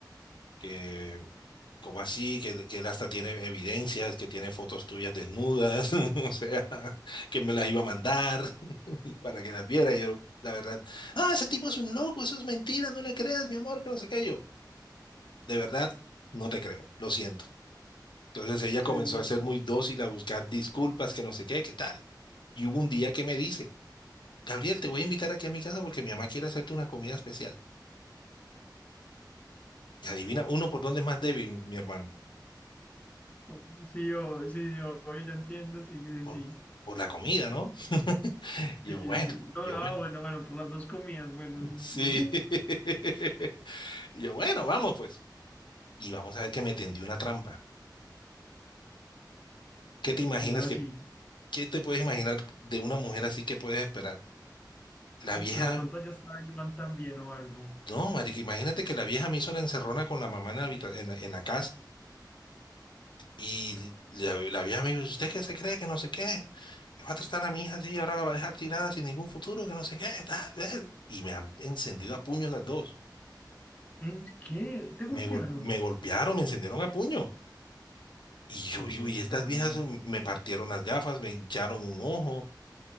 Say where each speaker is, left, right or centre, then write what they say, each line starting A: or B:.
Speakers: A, on the left; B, on the left.
A: que como así, que, que él hasta tiene evidencias, que tiene fotos tuyas desnudas, <laughs> o sea, que me las iba a mandar <laughs> y para que las viera. Y Yo, la verdad, ah, ese tipo es un loco, eso es mentira, no le creas, mi amor, que no sé qué yo. De verdad, no te creo, lo siento. Entonces ella
B: sí,
A: comenzó
B: sí.
A: a ser muy dócil, a buscar disculpas, que no sé qué, qué tal. Y hubo un día que me dice, Gabriel, te voy a invitar aquí a mi casa porque mi mamá quiere hacerte una comida especial. Y adivina, uno por dónde es más débil, mi mi hermano.
B: Oh, Sí, oh, sí, sí, oh, ya entiendo, sí, sí,
A: por,
B: sí.
A: por la comida, ¿no? <laughs> yo,
B: Sí, sí.
A: bueno,
B: sí. No,
A: yo,
B: ah,
A: bueno.
B: bueno, bueno, por las dos comidas, bueno, sí entiendo.
A: Sí. <laughs> yo, bueno, vamos pues. Y vamos a ver que me tendió una trampa. ¿Qué te imaginas
B: ¿Cómo así?
A: que, qué te puedes imaginar de una mujer así que puedes esperar? La
B: Ah,
A: vieja,
B: que de pronto ya estaba Iván también o algo.
A: no, marica, imagínate que la vieja me hizo la encerrona con la mamá en la, habita- en la, en la casa y la, la vieja me dijo, ¿usted qué se cree que no sé qué? Que va a tratar a mi hija así y ahora la va a dejar tirada sin ningún futuro, que no sé qué, tal, ver". Y me han encendido a puños las dos.
B: ¿En qué? ¿Te golpearon?
A: me, gol- me golpearon, me encendieron a puño. Y
B: ¿Qué,
A: yo, yo, y estas
B: Gabriel?
A: viejas mm, me partieron las gafas, me hincharon un ojo.